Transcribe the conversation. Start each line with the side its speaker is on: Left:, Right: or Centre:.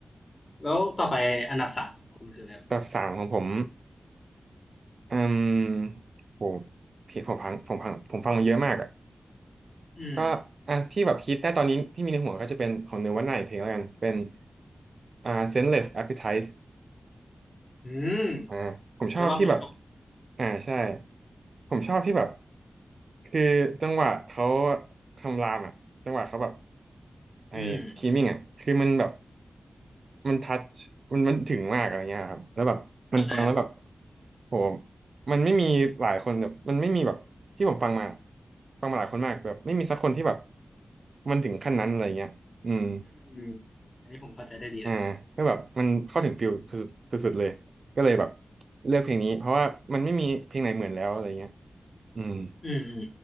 Left: แล้วต่อไปอันดับสามของคุณคืออะไรครับ
Right: แบบสามของผมอืมโหผมฟังผมฟังผมฟังมาเยอะมากอ่ะ
Left: อืม
Right: ก็อ่ะที่แบบคิดได้ตอนนี้ที่มีในหัวก็จะเป็นของเนื้อวันไหนเพลงแล้วกันเป็นอ่า Senseless Appetite
Left: อืม
Right: อ่าผมชอบที่แบบ
Left: อัลบั้มเดียวกับ
Right: อ่าใช่ผมชอบที่แบบคือจังหวะเขาคำรามอ่ะจังหวะเขาแบบไอ้
Left: อืม
Right: screaming อ่ะคือมันแบบ มันทัชมันมันถึงมากอะไรเงี้ยครับแล้วแบบมันฟังแล้วแบบ
Left: เข้าใจครับ
Right: โหมันไม่มีหลายคนแบบมันไม่มีแบบที่ผมฟังมาฟังมาหลายคนมากแบบไม่มีสักคนที่แบบมันถึงขั้นนั้นอะไรเงี้ยอืม
Left: อืมอันนี้ผมเข้าใจได้ดีเลย
Right: อ่าก็แบบมันเข้าถึงฟิลสุดสุดๆเลยก็เลยแบบเลือกเพลงนี้เพราะว่ามันไม่มีเพลงไหนเหมือนแล้วอะไรเงี้ยอืม
Left: อืมอืม